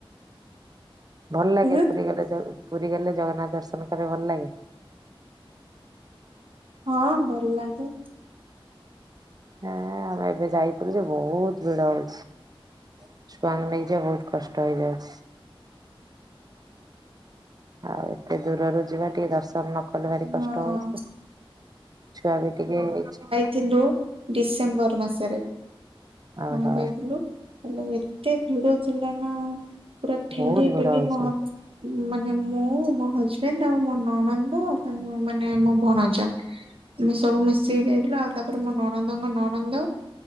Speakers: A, on the right; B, on the right.
A: ଭଲ ଲାଗେ
B: ହୁଁ
A: ପୁରୀ ଗଲେ ପୁରୀ ଗଲେ ଜଗନ୍ନାଥ ଦର୍ଶନ କ ଭଲ ଲାଗେ।
B: ହଁ ଭଲ ଲାଗେ।
A: ହଁ ଆଉ ଏବେ ଯାଇ ଯେ ବହୁତ ଭିଡ ହଉଛି ଛୁଆଙ୍କୁ ନେଇକି ଯ ବହୁତ କଷ୍ଟ ହେଇଯାଉଛି। ଆଉ ଏତେ ଦୂରରୁ ଯିବା ଟିକେ ଦର୍ଶନ କଲେ ଭାରି
B: ହଁ।
A: କଷ୍ଟ ହଉଛି ଛୁଆ ବି ଟିକେ ହେଇଛି।
B: ଥିଲୁ ଡିସେମ୍ବର ମାସରେ
A: ଓହୋ
B: ଆମେ ଯାଇଥିଲୁ। ହେଲା ଏତେ ଭିଡ ଥିଲା ନା ପୁରା ଠେଲି
A: ବହୁତ ଭିଡ
B: ପଲି
A: ହଉଛି
B: ମହ ମାନେ ମୁଁ ମୋ ହଜବେଣ୍ଡ ଆଉ ମୋ ନଣନ୍ଦ ମାନେ ମୋ ଭଣଜା ସବୁ ମି ସେ ହେଇ ଯାଇଥିଲା ଆଉ ତାପରେ ମୋ ନଣନ୍ଦଙ୍କ ନଣନ୍ଦ